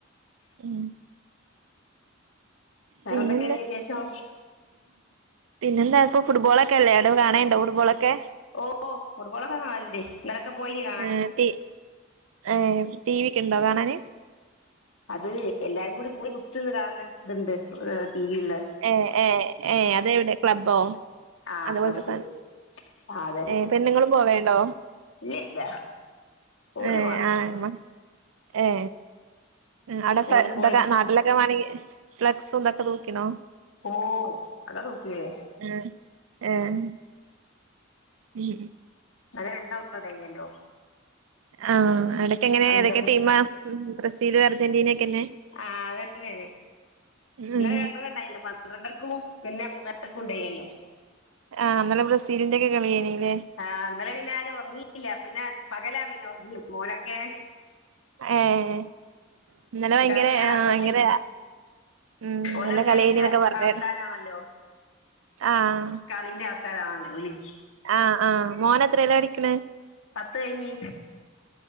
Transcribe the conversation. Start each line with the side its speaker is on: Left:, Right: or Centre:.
Right: ഉം
Left: വേറെന്തൊക്കെയാണ്
Right: പിന്നെന്താ
Left: വിശേഷം
Right: പിന്നെ എന്താ ഇപ്പ ഫുട്ബോളക്കല്ലേ എല്ലും കാണെണ്ടോ ഫുട്ബോളൊക്കെ
Left: ഓ ഫുട്ബോളക്ക കാണൽണ്ടെ ഇങ്ങളൊക്ക പോയിന്യോ
Right: ഏ തി ഏ ടി വിക്ക് ഇണ്ടോ കാണാന്
Left: അത് എല്ലാരും കൂടി കൂടി കുത്ത്ര്ന്ന് കാൺണ ഇത് ഇണ്ട് ടി വിള്ള
Right: ഏ ഏ ഏ അത് എവിടെ ക്ലബ്ബോ
Left: ആ
Right: അതുപോൽത്തെ
Left: ക്ലബ്ബ്
Right: സാനം
Left: ആ അതന്നെ
Right: ഏ പെണ്ണുങ്ങളും പോവെണ്ടോ
Left: ഇല്ല ഇല്ല ഓല്
Right: ഏ
Left: മാത്രോ
Right: ആ മ ഏ അവ്ടെ ഫ്ലെ
Left: ഓല് പോയി
Right: ഇതൊക്ക നാട്ടിലൊക്ക വാണങ്കി ഫ്ലെക്സും ഇതോക്ക തൂക്കിണോ
Left: ഓഹ് അല്ലാതോ‌ക്കിയേ
Right: ഏഹ് ഏഹ് ഉം
Left: ഇന്നലെ രണ്ട <unintelligible> കഴിഞ്ഞല്ലൊ
Right: ആഹ് എടക്കെങ്ങനെ
Left: പന്ത്രണ്ട്
Right: ഏതൊക്കെ ടീമാ ബ്രസീലും അർജന്റീനെക്കെന്നെ
Left: ആഹ് അതന്നേണ് ഇവടെ
Right: ഉം
Left: രണ്ടെണ്ണം ഇണ്ടായില്ലെ പന്ത്രണ്ടരക്കും പിന്നെ മൂന്നര ക്കും ഉണ്ടെയ്നല്ലോ
Right: ആഹ് ഇന്നലെ ബ്രസീലിന്റെക്കെ കളിയാന്നില്ലെ
Left: ആഹ് ഇന്നലെ പിന്നാരും ഒറങ്ങിയില്ല പിന്നെ പകലാ പിന്നെ ഒറങ്ങി മോനൊക്കെ
Right: ഏഹ് ഇന്നലെ ഭയങ്കരെ
Left: കളി കാണാൻ
Right: ആഹ്
Left: പോയതേനി
Right: ഭയങ്കര ഉം
Left: ഓലൊക്കെ
Right: നല്ല കളിയാനിന്നേക്കെ
Left: ഇത്
Right: പറഞ്ഞ്
Left: ആൾക്കാരാണല്ലോ
Right: ആഹ്
Left: കളീന്റാൾക്കാരാ <unintelligible>
Right: ആഹ് ആഹ് മോനെത്രയിലാ പഠിക്കണെ
Left: പത്ത് കഴിഞ്ഞ്